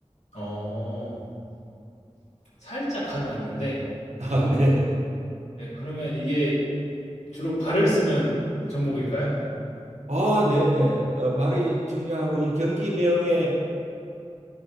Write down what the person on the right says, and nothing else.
<laughs> 아, 네.
어, 네, 네. 어, 발이 중요하고 이 경기 명에